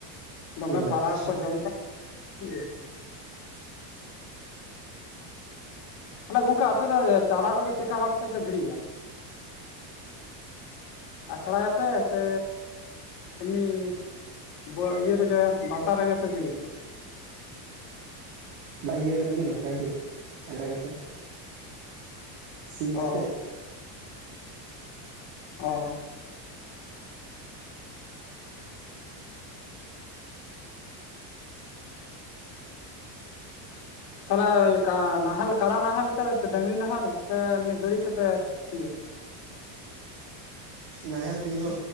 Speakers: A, on the left; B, on the right.
A: ᱫᱚᱢᱮ ᱯᱟᱨᱟ
B: ᱟᱪᱪᱷᱟ
A: ᱠᱚᱠᱚ ᱡᱚᱢᱮᱫ <unintelligible> ᱤᱭᱟᱹ ᱛᱟᱞᱞᱮ ᱜᱚᱝᱠᱮ ᱟᱯᱮ ᱫᱚ ᱪᱟᱨᱟ ᱠᱚᱫᱚ ᱪᱮᱜᱠᱟ ᱵᱷᱟᱵ ᱛᱮᱯᱮ ᱜᱤᱲᱤᱭᱟ? ᱟᱪᱷᱲᱟᱭᱟᱯᱮ ᱥᱮ ᱮᱢᱱᱤ? <unintelligible> ᱤᱭᱟᱹ ᱨᱮᱜᱮ ᱵᱷᱟᱛᱟ ᱨᱮᱜᱮ ᱯᱮ ᱜᱤᱲᱤᱭᱟ᱾
B: ᱵᱟ <unintelligible> ᱤᱭᱟᱹ ᱠᱟᱛᱮ ᱜᱮ ᱱᱚᱝᱠᱟᱭ ᱜᱮ ᱟᱜᱽᱨᱟ ᱠᱟᱛᱮ ᱥᱤ ᱠᱟᱛᱮ᱾
A: ᱚ ᱚᱻ ᱛᱟᱦᱞᱮ <unintelligible> ᱱᱟᱦᱮᱞ ᱠᱟᱰᱟ ᱱᱟᱦᱮᱞ ᱛᱮ ᱰᱟᱝᱨᱤ ᱱᱟᱦᱮᱞ ᱥᱮ ᱮᱢᱱᱤ ᱜᱟᱹᱲᱤ ᱛᱮᱯᱮ ᱥᱤᱭᱟ?
B: ᱱᱟᱦᱮᱞ ᱛᱮᱜᱮ ᱦᱚ